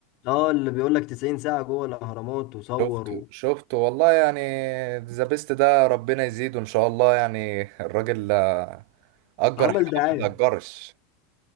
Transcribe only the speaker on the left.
اه اللي بيقول لك 90 ساعة جوه الأهرامات وصور
وعمل
دعاية